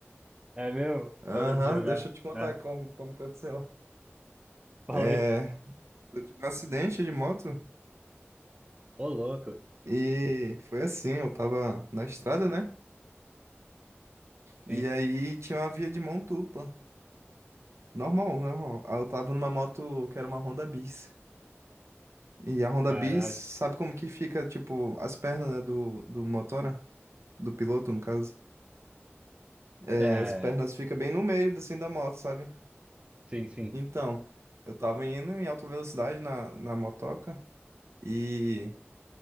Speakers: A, on the right (about 25°); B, on the right (about 90°).
A: É meu?
B: Aham,
A: Parou de jogar,
B: deixa eu te contar
A: né?
B: como, como que aconteceu.
A: Falei.
B: É, eu tive um acidente de moto
A: Ô, louco.
B: e foi assim, eu tava na estrada, né? E
A: Sim,
B: aí tinha uma via de mão dupla. Normal, normal. Ah, Eu tava numa moto que era uma Honda Bis. E a Honda
A: caralho.
B: Bis, sabe como que fica, tipo, as pernas, né, do, do motora? Do piloto, no caso. É,
A: É,
B: as pernas ficam bem no meio, assim, da moto, sabe?
A: sim, sim.
B: Então, eu tava indo em alta velocidade na, na motoca e